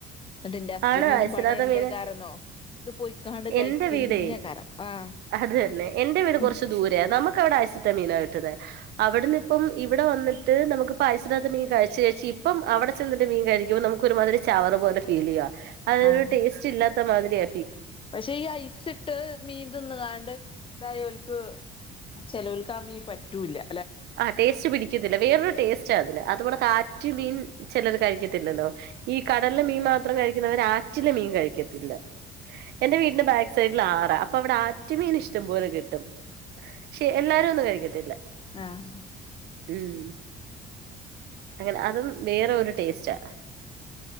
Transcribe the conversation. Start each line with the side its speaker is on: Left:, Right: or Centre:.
Left: എന്നിട്ട്ന്റെ ഹസ്ബൻറിന്
Right: ആണ് അയസിനകത്തെ
Left: പണി എന്തൊക്കൊരുന്നോ
Right: മീന്
Left: ഇത് പൊയിക്കാണ്ട് കഴിക്കുന്നകാരം
Right: എന്റെ വീടേ
Left: ആഹ്
Right: അത് തന്നെ എന്റെ വീട് കുറച്ച്
Left: ഉം
Right: ദൂരേ നമുക്ക് അവിടെ ഐസിട്ട മീനാണ് കിട്ട്ന്ന അവിടന്ന് ഇപ്പം ഇവിടെ വന്നിട്ട് നമുക്ക് ഐസിടാത്ത മീൻ കഴിച്ച്കഴിച്ചി ഇപ്പം അവിടെ ചെന്നിട്ട് മീൻ കഴുക്കുമ്പോ നമുക്ക് ഒരുമാതിരി ചവർ പോല ഫീൽ ചെയ്യാ അതൊരു
Left: ആഹ്
Right: ടേസ്റ്റ് ഇല്ലാത്ത മാതിരിയ
Left: പക്ഷെ ഈ ഐസ് ഇട്ട് മീന്തിന്ന്കാണ്ട് ഇതായോല്ക്ക് ചെലോൽക്കാമീ പറ്റൂല്ല്യ
Right: ആ ടേസ്റ്റ് പിടിക്കുന്നില്ല വേറൊരു ടേസ്റ്റാ അതിന് അത്വ്ടെ കാറ്റ് മീൻ ചിലർ കഴിക്കത്തില്ലല്ലോ ഈ കടലിലെ മീൻ മാത്രം കഴിക്കുന്നവര് ആറ്റിലെ മീൻ കഴിക്കത്തില്ല എന്റെ വീടിന്റെ ബാക്ക് സൈഡിൽ ആറാ അപ്പൊ അവിടെ ആറ്റ്മീൻ ഇഷ്ടം പോലെ കിട്ടും ശ് എല്ലാരും ഒന്നും കഴിക്കത്തില്ല
Left: ആഹ്
Right: ഉം അങ്ങനെ അതും വേറെ ഒരു ടേസ്റ്റാ